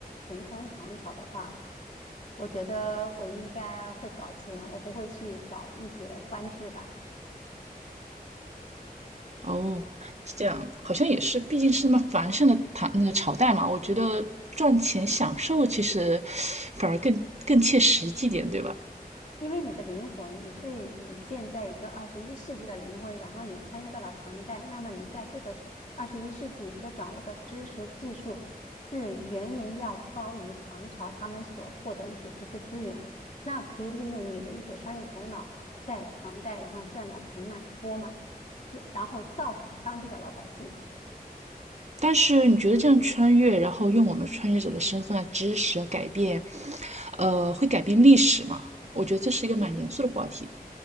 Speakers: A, on the left; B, on the right.
A: 魂穿唐朝的话，我觉得我应该会搞钱，我不会去搞一些官制吧。
B: 哦，是这样，好像也是，毕竟是那么繁盛的唐那个朝代嘛，我觉得赚钱享受其实反而更更切实际点，对吧？
A: 因为你的灵魂，你是你现在一个二十一世纪的灵魂，然后你穿越到了唐代，那么你在这个二十一世纪所掌握的知识技术，是远远要高于唐朝他们所获得一些知识资源。那可以利用你的一些商业头脑，在唐代然后赚得盆满钵满，这然后造福当地的老百姓。
B: 但是你觉得这样穿越，然后用我们穿越者的身份啊、知识啊改变，呃，会改变历史吗？我觉得这是一个蛮严肃的话题。